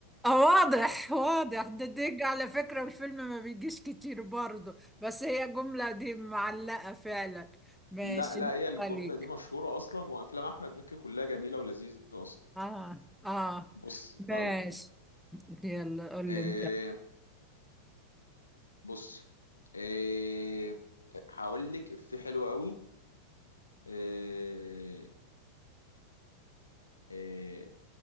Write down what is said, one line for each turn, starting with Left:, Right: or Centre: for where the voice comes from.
Centre: اه واضح واضح ده ديج على فكرة الفيلم ما بيجيش كتير برضه بس هي الجملة دي معلقة فعلا ماشي
Left: لا لا
Centre: نقطة
Left: هي الجملة
Centre: ليك
Left: دي مشهورة أصلا وأفلام أحمد مكي كلها جميلة ولذيذة أصلا
Centre: اه اه
Left: بصي
Centre: ماشي
Left: طيب
Centre: يلا قول
Left: إيه
Centre: لي انت
Left: بصي إيه هقول لك إفيه حلو قوي إيه إيه